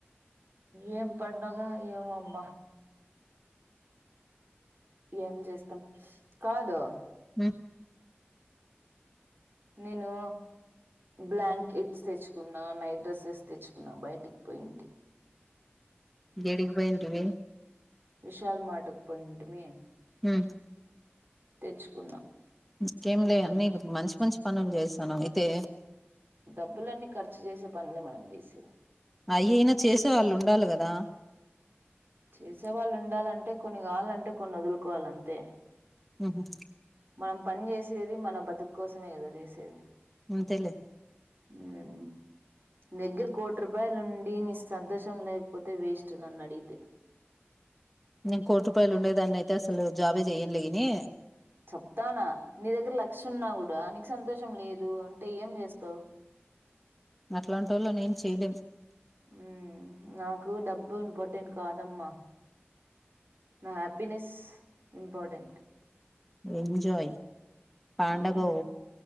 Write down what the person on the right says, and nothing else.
ఏం పండగ ఏమోమ్మ ఏం చేస్తాం కాదు
నేను బ్లాంకెట్స్ తెచ్చుకున్నా నైట్ డ్రెస్సెస్ తెచ్చుకున్నా బయటికి పోయింటి
విష షల్ మాటకు పాయింటిమీ
తెచ్చుకున్నాం
డబ్బులన్నీ ఖర్చు చేసే పనులే మనం చేసేవి
చేసేవాళ్ళుండాలంటే కొన్ని కావాలంటే కొన్ని వదులుకోవాలంతే
మనం పని చేసేది మన బతుకు కోసమే కదా చేసేది
హ్మ్మ్ నీ దగ్గర కోటి రూపాయలుండి నీ సంతోషం లేకపోతే వేస్ట్ నన్ను అడిగితే
చెప్తానా నీ దగ్గర లక్ష ఉన్నా కూడా నీకు సంతోషం లేదు అంటే ఏం చేస్తావు
మ్మ్ నాకు డబ్బు ఇంపార్టెంట్ కాదమ్మా నా హ్యాపీనెస్ ఇంపార్టెంట్
ఏం